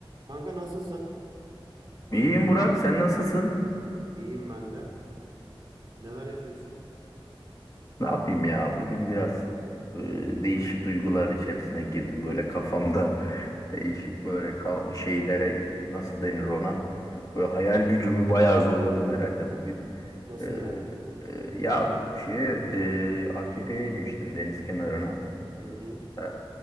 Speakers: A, on the right; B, on the left.
A: Kanka nasılsın?
B: İyiyim Burak, sen nasılsın?
A: İyiyim ben de. Neler yapıyorsun?
B: Ne yapayım ya? Bugün biraz e, değişik duygular içerisine girdim böyle kafamda. <laughs> Değişik böyle ka- şeylere nasıl denir ona? Böyle hayal gücümü bayağı zorladım herhalde bugün.
A: Nasıl
B: Ee,
A: yani?
B: e, ya şeye e, AKK'ya inmiştim deniz kenarına.
A: Hı hı.
B: Ee,